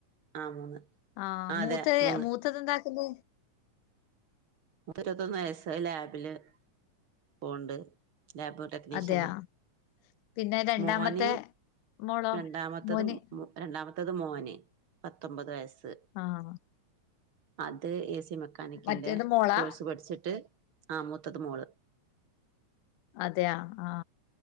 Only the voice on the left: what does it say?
ആഹ
മൂത്ത
മൂത്തത് എന്താക്കുന്നു
അതെയാ പിന്നെ രണ്ടാമത്തെ
മോളോ
മോന്
ആഹ
മറ്റേത് മോളാ
അതെയ ആഹ